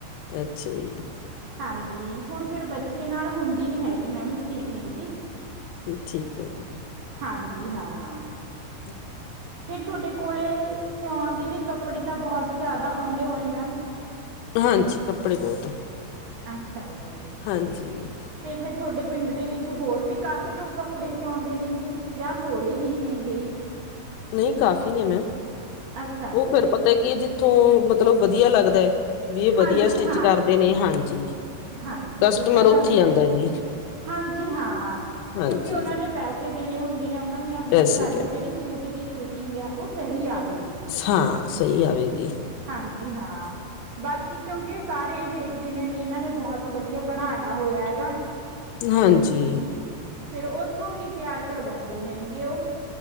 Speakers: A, on the left; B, on the right.
A: ਅੱਛਾ ਜੀ।
B: ਹਾਂਜੀ, ਹੁਣ ਫਿਰ ਬੱਚੇ ਨਾਲ ਹੁੰਦੀ ਨੀ ਹੈਗੀ ਮੈਮ ਸਟੀਚਿੰਗ ਜੀ।
A: ਠੀਕ ਐ ਜੀ।
B: ਹਾਂਜੀ ਹਾਂ।
A: <inaudible>
B: ਫਿਰ ਤੁਹਾਡੇ ਕੋਲੇ ਸਿਆਉਣ ਦੇ ਲਈ ਕੱਪੜੇ ਤਾਂ ਬਹੁਤ ਜ਼ਿਆਦਾ ਆਉਂਦੇ ਹੋਣੇ ਮੈਮ?
A: ਹਾਂਜੀ, ਕੱਪੜੇ ਬੋਤ,
B: ਅੱਛਾ ਜੀ
A: ਹਾਂਜੀ।
B: ਤੇ ਫਿਰ ਥੋਡੇ ਪਿਂਡ ਦੇ ਵਿੱਚ ਹੋਰ ਵੀ ਕਾਫੀ ਲੋਕ ਕੱਪੜੇ ਸਿਆਉਂਦੇ ਨੇਗੇ ਜਾਂ ਥੋੜੇ ਹੀ ਨੇ? ਗੇਈ।
A: ਨਈ ਕਾਫ਼ੀ ਨੇ ਮੈਮ,
B: ਅੱਛਾ
A: ਉਹ
B: ਜੀ,
A: ਫੇਰ ਪਤਾ ਕੀ ਜਿੱਥੋਂ ਮਤਲਬ ਵਧੀਆ ਲੱਗਦਾ ਵੀ ਇਹ
B: ਹਾਂਜੀ
A: ਵਧੀਆ ਸਟਿੱਚ
B: ਹਾਂ,
A: ਕਰਦੇ ਨੇ ਹਾਂਜੀ।
B: ਹਾਂਜੀ
A: ਕਸਟਮਰ
B: ਇਹ ਤਾਂ ਗੱਲ
A: ਉੱਥੇ
B: ਹੈ,
A: ਆਉਂਦਾ ਜੀ
B: ਹਾਂਜੀ ਹਾਂ,
A: ਹਾਂਜੀ
B: ਕਿਉਂਕਿ ਉਹਨਾਂ ਨੇ ਪੈ ਪੈਸੇ ਦੇਨੇ ਹੁੰਦੇ ਨੇ ਉਹਨਾਂ ਨੂੰ ਐਹ ਹੁੰਦਾ
A: ਪੈਸੇ
B: ਵੀ ਸਾਡੇ
A: ਦੇ
B: ਜਿਹੜੀ ਸੂਟ ਦੀ ਫਿਟਿੰਗ ਐ ਉਹ ਸਹੀ ਆ ਗਈ।
A: ਹਾਂ, ਸਹੀ ਆਵੇ ਜੀ।
B: ਹਾਂਜੀ ਹਾਂ, ਬਾਕੀ ਕਿਉਂਕਿ ਸਾਰੇ ਇਹ ਦੇਖਦੇ ਨੇ ਵੀ ਇਹਨਾਂ ਨੇ ਬਹੁਤ ਵਧੀਆ ਬਣਾਇਆ ਹੋਇਆ ਗਾ।
A: ਹਾਂਜੀ।
B: ਫੇਰ ਉਥੋਂ ਹੀ ਤਿਆਰ ਕਰਵਾਉਂਦੇ ਨੈਂਗੇ ਉਹ।